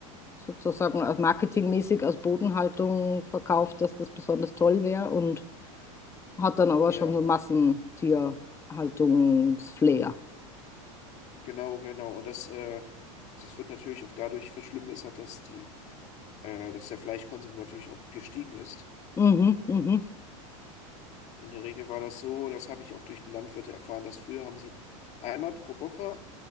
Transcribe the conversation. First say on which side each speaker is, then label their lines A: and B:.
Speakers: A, on the left; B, on the left.
A: sozusagen als marketingmäßig als Bodenhaltung verkauft, dass das besonders toll wäre und hat dann aber
B: Ja,
A: schon so Massentierhaltungsflair.
B: genau, genau. Und das, äh, das wird natürlich auch dadurch verschlimmert, dass die äh, dass der Fleischkonsum natürlich auch gestiegen ist.
A: Mhm, mhm,
B: In der Regel war das so, das habe ich auch durch die Landwirte erfahren, dass früher haben sie einmal pro Woche,